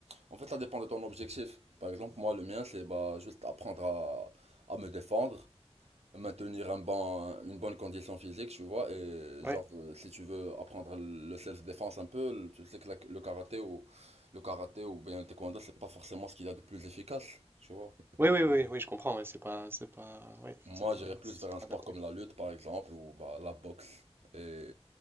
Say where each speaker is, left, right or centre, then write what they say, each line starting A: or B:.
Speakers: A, on the right (about 80°); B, on the right (about 20°).
A: En fait, ça dépend de ton objectif. Par exemple, moi, le mien, c'est bah juste apprendre à, à me défendre, maintenir un bon, une bonne condition physique, tu vois, et
B: Ouais.
A: genre euh, si tu veux apprendre le self-défense un peu, le- tu sais que la- le karaté ou le karaté ou bien le taekwondo, c'est pas forcément ce qu'il y a de plus efficace, tu vois.
B: Oui,
A: Du
B: oui,
A: coup,
B: oui, oui, je comprends. ouais, c'est pas, c'est pas, ouais,
A: moi,
B: c'est pas,
A: j'irais plus
B: c'est
A: vers un
B: pas
A: sport
B: adapté.
A: comme la lutte, par exemple, ou bah, la boxe. Et,